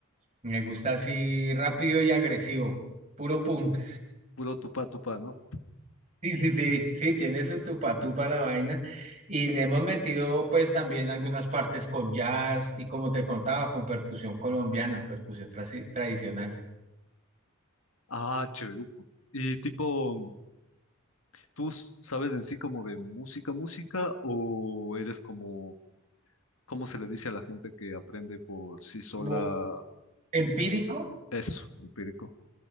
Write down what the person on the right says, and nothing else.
Me gusta así rápido y agresivo, puro punk.
Sí, sí, sí, sí, tiene su tupa tupa la vaina y le hemos metido pues también algunas partes con jazz y como te contaba, con percusión colombiana, percusión trasi- tradicional.
Como empírico,